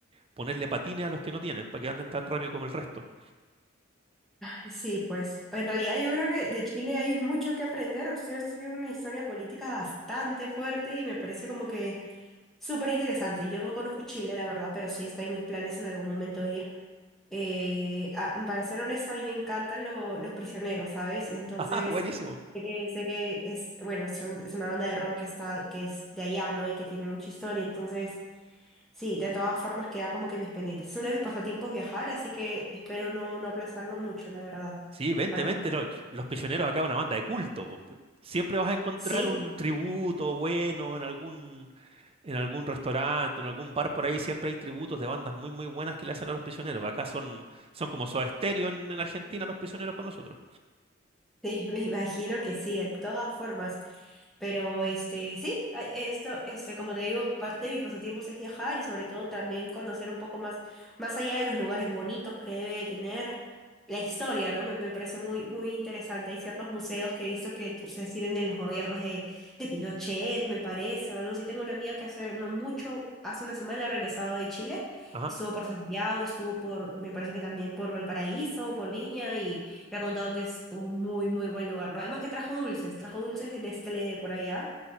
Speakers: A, on the right; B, in the centre.
A: ponerle patines a los que no tienen, para que anden tan rápido como el resto.
B: Ay, Sí, pues en realidad yo creo que de Chile hay mucho que aprender. Usted ha sido una historia política bastante fuerte y me parece como que súper interesante. Yo no conozco Chile, la verdad, pero sí está en mis planes en algún momento ir. Eh, a- para ser honesta, a mí me encantan lo- los prisioneros, ¿sabes? Entonces,
A: <laughs> ¡Ah, buenísimo!
B: sé que, sé que es, bueno, son- es una banda de rock que está, que es de allá, ¿no? Y que tiene mucha historia. Entonces, Sí, de todas formas queda como que mis pendientes. Es uno de mis pasatiempos viajar, así que espero no, no aplazarlo mucho, la verdad.
A: Sí, vente,
B: Para
A: vente,
B: conocer.
A: lo- los, prisioneros acá es una banda de culto, po. Siempre vas a encontrar
B: Sí,
A: un tributo bueno en algún, en algún restaurante, en algún bar por ahí, siempre hay tributos de bandas muy muy buenas que le hacen a los prisioneros. Acá son, son como Soda Stereo en, en Argentina los prisioneros para nosotros.
B: Sí, <laughs> me imagino que sí, de todas formas. Pero este, sí, a- esto, este, como te digo, parte de mis pasatiempos es viajar y sobre todo también conocer un poco más, más allá de los lugares bonitos que debe tener la historia, ¿no? Me, me parece muy, muy interesante. Hay ciertos museos que he visto que ustedes sirven de los gobiernos de, de Pinochet, me parece, o algo así. Tengo una amiga que hace no mucho, hace una semana ha regresado de Chile,
A: Ajá.
B: estuvo por Santiago, estuvo por, me parece que también por Valparaíso, por Viña me ha contado que es un muy, muy buen lugar, ¿no? Además que trajo dulces, trajo dulces de Nestlé por allá.